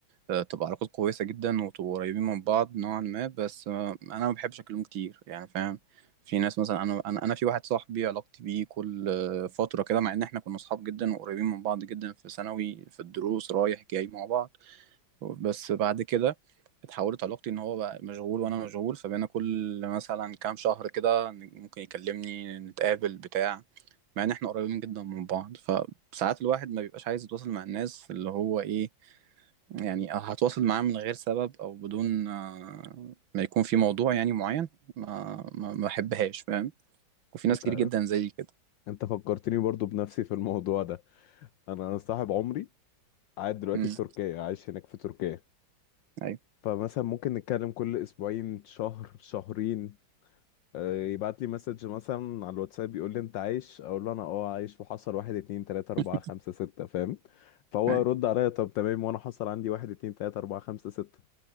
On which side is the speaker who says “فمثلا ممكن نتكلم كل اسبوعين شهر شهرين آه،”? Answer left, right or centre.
Left